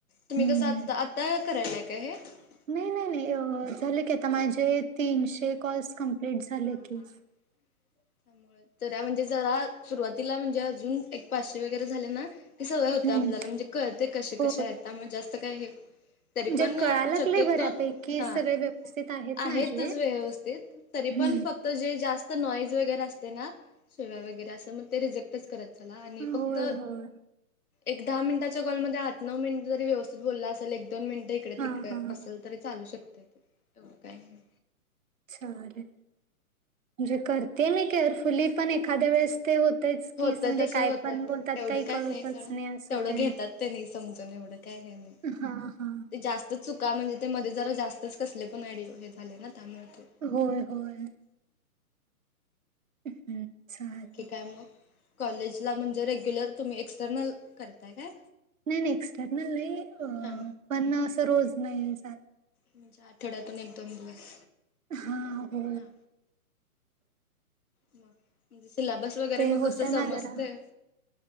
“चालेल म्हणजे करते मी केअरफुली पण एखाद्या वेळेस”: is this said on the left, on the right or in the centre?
Right